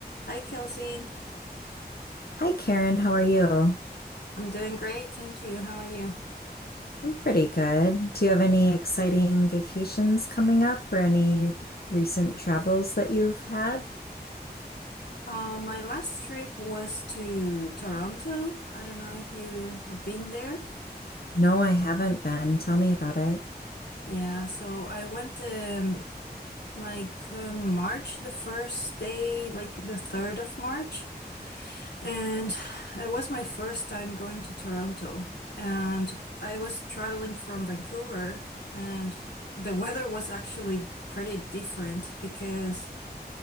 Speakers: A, on the left (about 85°); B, on the left (about 65°).
A: Hi, Kelsey.
B: Hi, Karen. How are you?
A: I'm doing great. Thank you. How are you?
B: I'm pretty good. Do you have any exciting vacations coming up or any recent travels that you've had?
A: Uh, my last trip was to Toronto. I don't know if you have been there.
B: No, I haven't been. Tell me about it.
A: Yeah, so I went um, like on March, the first day, like the 3rd of March. And it was my first time going to Toronto. And I was traveling from Vancouver, and the weather was actually pretty different because